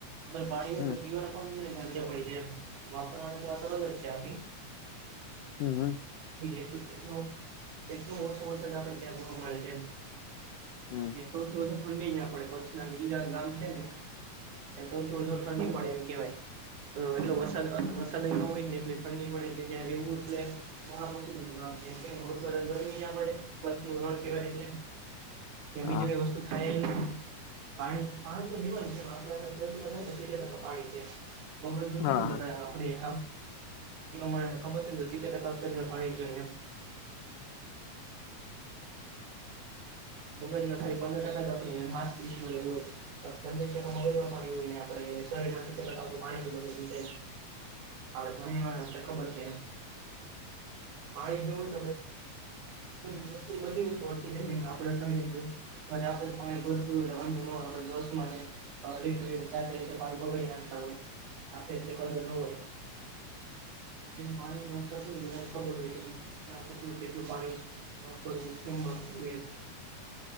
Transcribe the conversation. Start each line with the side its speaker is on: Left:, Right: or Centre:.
Right: પાણી
Left: હમ
Right: પીવાના પાણીંજ પડીાય એમ વાપરવાની તો અલગ જ છે, આખી
Left: હમ હમ
Right: એક વર્ષો વર્ષ જ આપડે વા મળે છે, એમ
Left: હમ
Right: સૌથી વધુ ઠંડી ના પડે કચ્છના ની ગામ છેને. ત્યાં સૌ ઠંડી પડે એમ કેવાય એટલે વરસાદ વરસાદ ન હોય, ને એટલે ઠંડી પડે ત્યાં રહેવું એટલે હુ પડે નણ કેવાય એટલે ત્યા
Left: હા
Right: બીજ કઈ વસ્તુ થાય એ પાણી પાણી તો જીવામ આપ શરીરમાં જાયટ પાણી છેમ. મગ
Left: હા
Right: ક બતા
Left: હા
Right: આપણે હ માગ પચ ટકા પાણીમ મગજ ના થાય પંદર ટકા આપ પી હો. પચસ ટકા મગજ પાણી હોયને, આપડ શરીર સતેર ટ આપું પાણી બી આપડ ભણી ખબર છે, એને પાણીી દઉમ ત કે ક બધી વસ્તુ અટ જાય, ને આપડ ટણી. ઘરે આપડ તો પાણી ભરરું એટલે વામા લીટર લીટરીતે પાણી પગડી નાખતા હોય આપેી કર ન હોય. પાણી ખબર હોય. નાટું કેટું પા મુખ